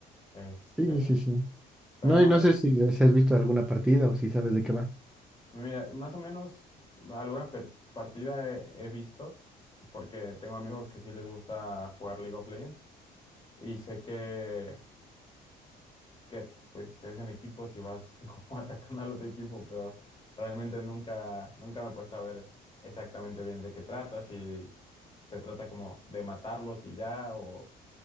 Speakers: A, on the left; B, in the centre.
A: Este,
B: Sí, sí, sí.
A: pero
B: No,
A: no,
B: y no
A: yo-
B: sé si, si has visto alguna partida o si sabes de qué va.
A: mira, más o menos alguna per- partida he, he visto, porque tengo amigos que sí les gusta jugar League of Legends y sé que que pues es en equipos y vas <laughs> como atacando al otro equipo, pero realmente nunca, nunca me he puesto a ver exactamente bien de qué trata, si se trata como de matarlos y ya, o